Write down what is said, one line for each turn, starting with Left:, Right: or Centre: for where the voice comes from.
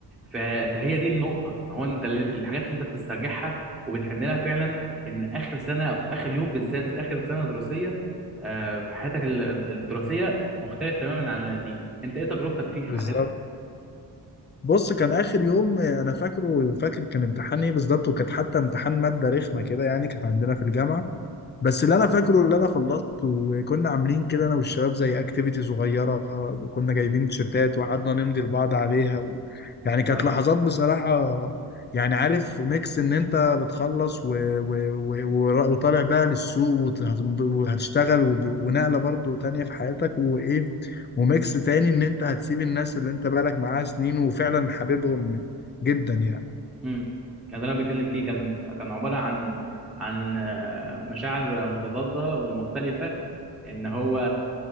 Centre: ف- فهي دي النقطة ان هو انت ال- الحاجات اللي انت بتسترجعها وبتحن لها فعلا ان اخر سنة او اخر يوم بالذات في اخر سنة دراسية آه، في حياتك ال- الدراسية مختلف تماما عن اللي قبليه انت ايه تجربتك فيه في
Left: بالظبط
Centre: حاجة زي كده
Left: بص كان اخر يوم آه، انا فاكره وفاكر كان امتحان ايه بالظبط وكانت حتى امتحان مادة رخمة كده يعني كانت عندنا في الجامعة بس اللي انا فاكره اللي انا خلصت وكنا عاملين كده انا والشباب زي اكتيفيتي صغيره وكنا جايبين تيشيرتات وقعدنا نمضي لبعض عليها و... يعني
Centre: حلو
Left: كانت
Centre: قوي
Left: لحظات بصراحه يعني عارف ميكس ان انت بتخلص و... و... و... و... وطالع بقى للسوق وت... وهتشتغل وب... ونقله برضو تانية في حياتك وايه وميكس تاني ان انت هتسيب الناس اللي انت بقالك معاها سنين وفعلا حاببهم جدا يعني
Centre: امم يعني ده اللي انا بتكلم فيه كان كان عبارة عن عن آه، مشاعر متضادة ومختلفة ان هو